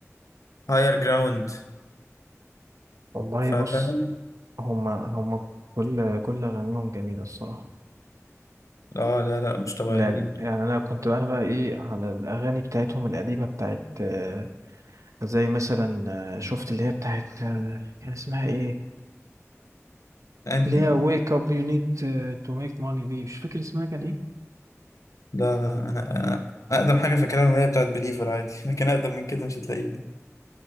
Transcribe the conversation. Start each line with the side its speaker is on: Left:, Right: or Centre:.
Left: هاير جراوند
Right: والله
Left: فاهم
Right: بص هما هما كل كل أغانيهم جميلة الصراحة
Left: لا لا لا مش طبيعيين
Right: لا يعني أنا كنت أنا بقى إيه على الأغاني بتاعتهم القديمة بتاعت آه، زي مثلا آه، شفت اللي هي بتاعت آه، كان اسمها إيه
Left: انهي
Right: اللي هي
Left: دي
Right: wake up you need uh, to make money دي مش فاكر اسمها كان إيه
Left: لا لا انا أنا اقدم حاجه فاكرها ان هي بتاعت بليفر عادي <laughs> لكن اقدم من كده مش هتلاقيني